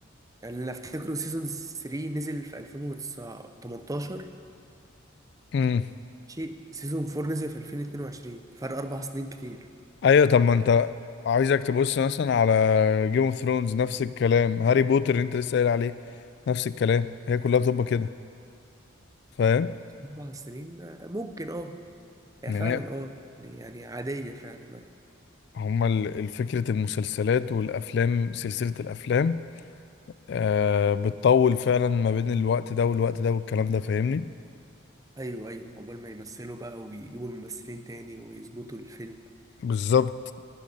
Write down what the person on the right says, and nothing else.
يعني اللي افتكره سيزون 3 نزل في 2018
شيء سيزون 4 نزل في 2022 فرق اربع سنين كتير
بس اربع سنين آه، ممكن اه هي
فعلا اه يعني يعني عادية فعلا ايوه
ايوه ايوه عقبال ما يمثلوا بقى ويجيبوا الممثلين تاني ويظبطوا الفيلم